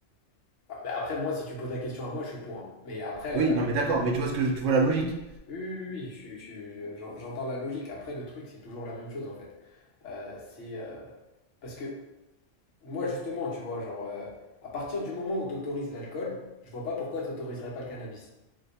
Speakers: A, on the left; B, on the right.
A: Ah, bah, après, moi, si tu me poses la question à moi, je suis pour. hein. Mais après,
B: Oui,
A: euh,
B: non, mais d'accord, mais tu vois, ce que je- tu vois la logique.
A: oui, oui, oui, je suis- je suis- je- j'en- j'entends la logique. Après, le truc, c'est toujours la même chose, en fait. Euh, c'est euh, parce que moi, justement, tu vois, genre, euh, à partir du moment où tu autorises l'alcool, je vois pas pourquoi tu n'autoriserais pas le cannabis.